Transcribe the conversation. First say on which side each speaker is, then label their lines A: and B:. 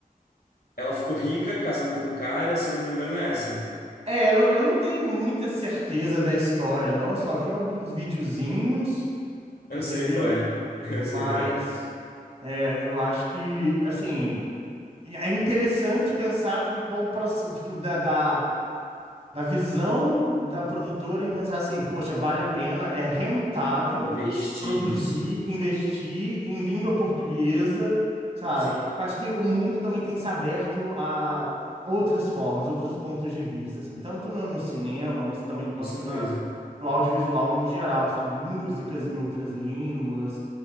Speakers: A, on the left; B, on the right.
A: Ela ficou rica casando com um cara, se eu não me engano, é essa.
B: É, eu, eu não tenho muita certeza da história, não. Eu só vi alguns videozinhos,
A: Eu
B: entendeu?
A: sei qual é. <laughs> Eu
B: Mas
A: sei qual é.
B: é, eu acho que, assim, é interessante pensar em qual o processo, tipo, da, da- da visão da produtora em pensar assim, poxa, vale a pena, é rentável
A: Investir
B: produzir,
A: nisso.
B: investir em língua portuguesa, sabe?
A: Sim,
B: Eu acho que o mundo também tem se aberto a outras formas, outros pontos de vista, assim, tanto no, no cinema, mas também
A: com
B: quanto
A: certeza.
B: na, no audiovisual em geral, sabe? Músicas em outras línguas,